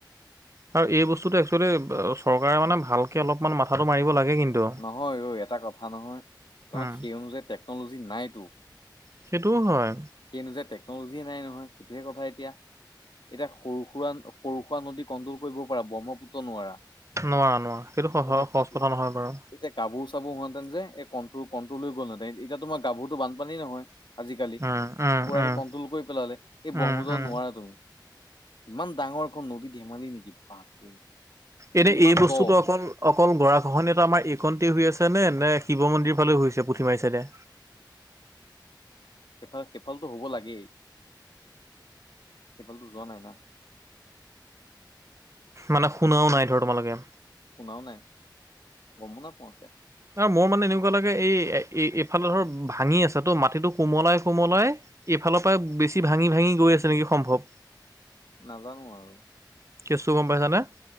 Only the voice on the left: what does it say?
নহয় ঐ এটা কথা নহয় তোমাৰ
সেই অনুযায়ী টেকনলজি নাইতো
সেই অনুযায়ী টেকনলজিয়ে নাই নহয় সেইটোহে কথা এতিয়া এতিয়া সৰু সুৰা সৰু সুৰা নদী কণ্ট্ৰল কৰিব পাৰা ব্ৰহ্মপুত্ৰ নোৱাৰা
বিপদা
সেইটোয়ে
এতিয়া গাভৰো চাভৰো হওতে যে এই কন তৌ কন্ট্ৰল হৈ গ'ল ন এতিয়া তোমাৰ গাভৰুটো বানপানী নহয় আজি কুৰাকে
কণ্ট্ৰল কৰি পেলালে এই
ব্ৰহ্মপুত্ৰক
নোৱাৰা তুমি ইমান ডাঙৰ এখন নদী ধেমালি নেকি বাপৰে
কিমান
দ
সেফাল সেফালটো হ'ব লাগেই সেফালতো যোৱা নাই না
শুনাও নাই গমো নাপাওঁ এতিয়া
নাজানো আৰু